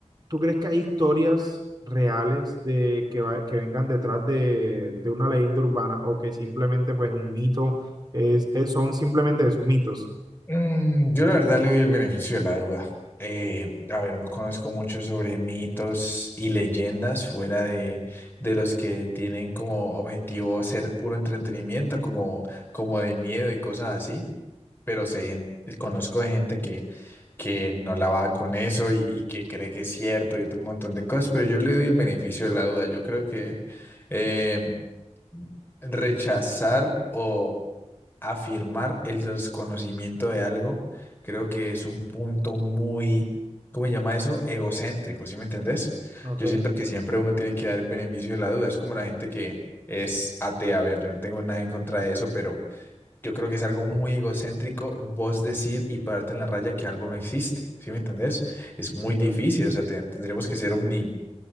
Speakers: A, on the right; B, on the left.
A: tú crees que hay historias reales de que, va- que vengan detrás de, de una leyenda urbana o que simplemente pues un mito es, es- son simplemente esos mitos?
B: Mm, yo la verdad le doy el beneficio de la duda. Eh, a ver, no conozco mucho sobre mitos y leyendas fuera de, de los que tienen como objetivo ser puro entretenimiento, como, como de miedo y cosas así, pero sé, gen- conozco de gente que, que no la va con eso y, y que cree que es cierto y otro montón de cosas, pero yo le doy el beneficio de la duda. Yo creo que eh, rechazar o afirmar el desconocimiento de algo, creo que es un punto muy, ¿cómo se llama eso? Egocéntrico, ¿sí me entendés?
A: Ok,
B: Yo siento que siempre uno tiene que dar el beneficio de la duda. Es como la gente que es atea. A ver, yo no tengo nada en contra de eso, pero yo creo que es algo muy egocéntrico vos decir y pararte en la raya que algo no existe, ¿sí me entendés? Es muy
A: ok.
B: difícil, o sea, te- tendríamos que ser omni